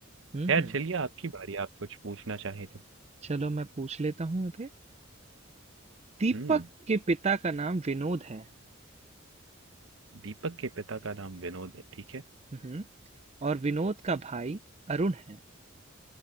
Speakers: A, on the right; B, on the right.
A: हम्म
B: खैर
A: हम्म
B: चलिए आपकी बारी आप कुछ पूछना चाहें तो।
A: चलो मैं पूछ लेता हूँ अभी दीपक
B: हुँ,
A: के पिता का नाम विनोद है
B: दीपक के पिता का नाम विनोद है, ठीक है?
A: हम्म हम्म। और विनोद का भाई अरुण है